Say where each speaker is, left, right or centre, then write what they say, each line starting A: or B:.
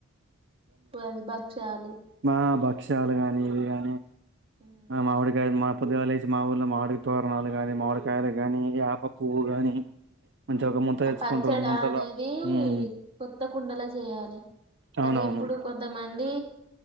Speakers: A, on the right (about 25°); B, on the right (about 55°).
A: ఉగాది భక్షాలు
B: మా భక్ష్యాలు గాని ఇవి గాని
A: ఉమ్
B: ఆ మామిడి కాయలు పొదుగాలేచి మా ఊర్లో మావిడి తోరణాలు గానీ మాడ్ కాని గాని యాప పువ్వు గాని మంచిగా ఒక ముంత
A: ఆ
B: తెచ్చుకుంటారు
A: పచ్చడా
B: ముంతల
A: అనేదీ
B: ఉమ్
A: కొత్త కుండలా చేయాలి కానీ
B: అవునవును
A: ఇప్పుడు కొంతమంది